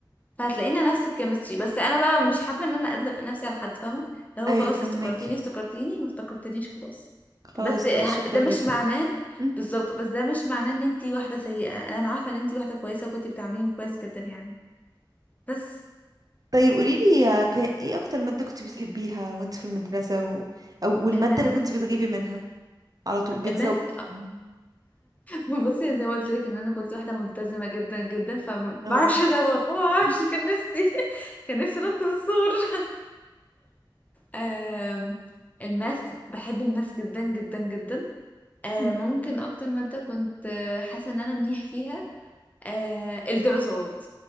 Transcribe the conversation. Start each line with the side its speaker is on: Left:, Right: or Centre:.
Left: فهتلاقينا نفس الكيمستري بس انا بقى مش حابة ان انا ادلق نفسي على حد فاهمة لو
Right: ايوه
Left: خلاص
Right: فهمك
Left: افتكرتيني افتكرتيني ما افتكرتنيش خلاص
Right: خلاص
Left: بس
Right: كده
Left: ه-
Right: شكرا
Left: ده مش
Right: جدا
Left: معناه
Right: مم.
Left: بالظبط بس ده مش معناه ان انتي واحدة سيئة انا عارفة ان انتي واحدة كويسة وكنتي بتعامليني كويس جدا يعني بس
Right: طيب قوليلي يا ك- ايه اكتر مادة كنت بتحبيها وانت في المدرسة و... او والمادة
Left: الماس
Right: اللي كنت بتغيبي منها على طول بتزوقي
Left: الماس
Right: منها
Left: بصي زي ما قلت لك ان انا كنت واحده ملتزمه جدا جدا فما بعرفش
Right: اه
Left: ادوخ ما بعرفش
Right: <laughs>
Left: كان نفسي <laughs> كان نفسي انط من السور <laughs> آم، الماس بحب الماس جدا جدا جدا آه،
Right: مم.
Left: ممكن اكتر ماده كنت آه، حاسه ان انا منيح فيها آه، الدراسات